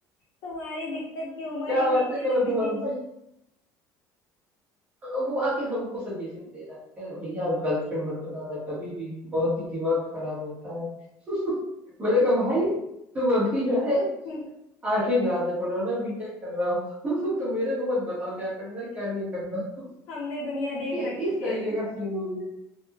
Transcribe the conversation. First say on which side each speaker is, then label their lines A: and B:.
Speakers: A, on the left (about 70°); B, on the right (about 20°).
A: तुम्हारी दिक्कत की उम्र
B: क्या
A: ही नहीं
B: बातें कर
A: है
B: रहे
A: अभी
B: हो तुम हमसे अब वो आके हमको सजेशन दे रहा है कह रहा है, भैया आप गर्लफ्रेंड मत बनाना कभी भी बहुत ही दिमाग खराब होता है <laughs> मैंने कहा भाई तुम अभी जो है
A: <laughs>
B: आठवीं क्लास में पढ़ रहे हो मैं बीटेक कर रहा हूँ <laughs> तो मेरे को मत बताओ क्या करना है क्या नहीं करना <laughs>
A: हमने दुनिया देख
B: ये
A: रखी
B: इस तरीके
A: है
B: का सीन हो गया